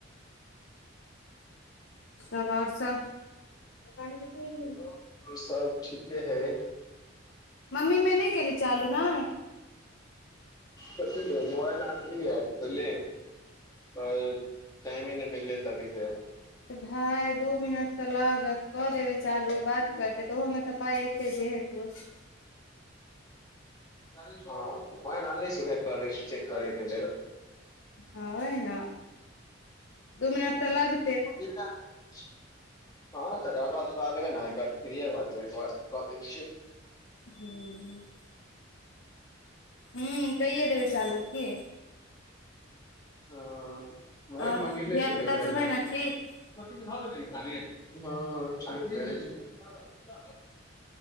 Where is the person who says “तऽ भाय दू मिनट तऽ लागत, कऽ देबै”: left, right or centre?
Left